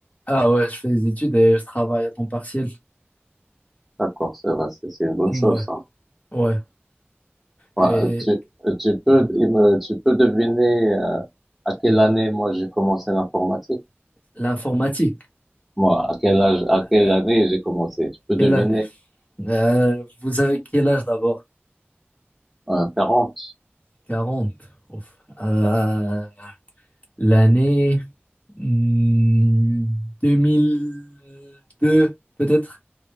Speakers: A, on the left; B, in the centre.
A: Ah ouais, je fais des études et je travaille à temps partiel.
B: D'accord, ça va, c'est c'est une bonne
A: Ouais,
B: chose, ça.
A: ouais.
B: Ouais,
A: Et
B: euh, tu, euh, tu peux, tu peux deviner euh, à quelle année moi j'ai commencé l'informatique?
A: l'informatique,
B: Moi, à quel âge, à quelle
A: euh,
B: année j'ai commencé? Tu peux deviner
A: quelle année? Euh, vous avez quel âge d'abord?
B: euh, 40?
A: 40. Ouf. Euh, l'année hmm, 2002, peut-être